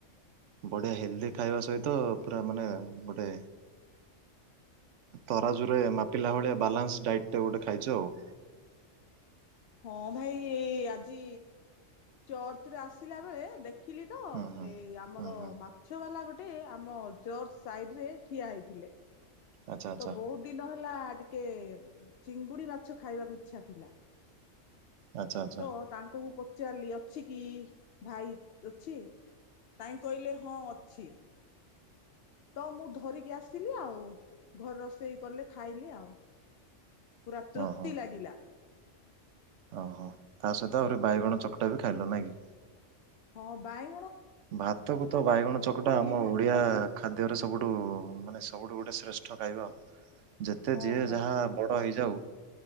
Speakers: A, on the right; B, on the left.
A: ବଢିଆ ହେଲଦି ଖାଇବା ସ ତ ପୁରା ମାନେ ଗୋଟେ। ତରାଜୁରେ ମାପିଲା ଭଳିଆ ବାଲାନ୍ସ ଡାଏଟ ଟେ ଗୋଟେ ଖାଇଛ ଆଉ।
B: ହଁ ଭାଇ ଆଜି ଚର୍ଚ୍ଚରେ ଆସିଲା ବେଳେ ଦେ ଦେଖିଲି ତ
A: ହୁଁ ହୁଁ।
B: ଏଇ ଆମର
A: ହୁଁ ହୁଁ
B: ମାଛ ବାଲା ଗୋ ଗୋଟେ ଆମ ଚର୍ଚ ସାଇଡରେ ଠିଆ ହେଇଥିଲେ।
A: ଆଚ୍ଛା ଆଚ୍ଛା
B: ତ ବହୁତ ଦିନ ହେଲା ଟିକେ ଚିଙ୍ଗୁଡି ମାଛ ଖାଇବାକୁ ଇଚ୍ଛା ଥିଲା।
A: ଆଚ୍ଛା ଆଚ୍ଛା
B: ତ ତାଙ୍କ କୁ ପ ଚାଲି ଅଛି କି? ଭାଇ ଅଛି। ତାଇଁ କହିଲେ ହଁ ଅଛି। ତ ମୁଁ ଧରିକି ଆସିଲି ଆଉ, ଘର ରୋଷେଇ କଲେ ଖାଇଲି ଆଉ। ପୁରା
A: ହଁ
B: ତୃପ୍ତି
A: ହଁ।
B: ଲାଗିଲା।
A: ଓହୋ, ତା ସହିତ ଆହୁରି ବାଇଗଣ ଚକଟା ବି ଖାଇଲ ନାଇଁ କି?
B: ହଁ ବାଇ
A: ଭାତକୁ ତ ବାଇଗଣ ଚକଟା, ଆମ
B: ଭାଇ
A: ଓଡ଼ିଆ ଖାଦ୍ୟର ସବୁଠୁ ମାନେ ସବୁଠୁ ଗୋଟେ ଶ୍ରେଷ୍ଠ ଖାଇବା। ଯେତେ
B: ହଁ
A: ଯିଏ
B: ଭାଇ
A: ଯାହା ବଡ଼ ହେଇଯାଉ